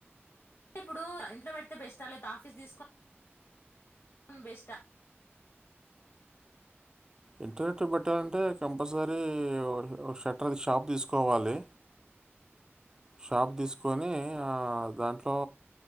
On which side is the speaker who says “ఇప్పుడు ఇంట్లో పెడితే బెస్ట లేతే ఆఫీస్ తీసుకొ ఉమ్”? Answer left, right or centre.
Left